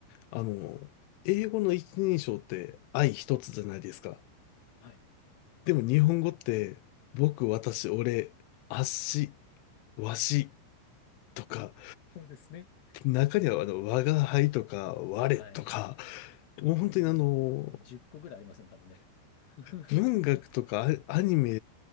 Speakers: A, on the left; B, on the left.
A: あの、英語の一人称って愛一つじゃないですか。
B: はい。
A: でも日本語って、僕、私、俺、あっし、わしとか、
B: そうですね。
A: 中にはあの、我が輩とか、我とか、
B: はい。
A: もう本当にあの、
B: もう10個ぐらいありますね、多分ね。<laughs> は
A: 文学とかアアニメ、